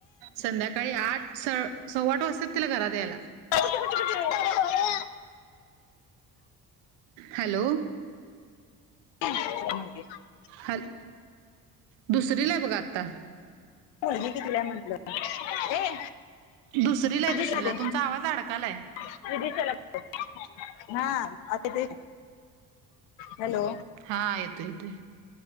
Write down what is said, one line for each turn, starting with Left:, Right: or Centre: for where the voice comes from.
Right: संध्याकाळी आठ स सव्वाठ वाजताात तिला घरात यायला.
Left: <unintelligible>
Right: हॅलो.
Left: <unintelligible>
Right: हल दुसरीलाय बघा आता.
Left: पोरगी कितवीला हाय म्हटलं ए
Right: दुसरीला आहे
Left: विदिशा
Right: दुसरीला
Left: दे
Right: आहे तुमचा आवाज अडकालाय.
Left: <unintelligible> हा आता ते -- हॅलो.
Right: हा येतोय येतोय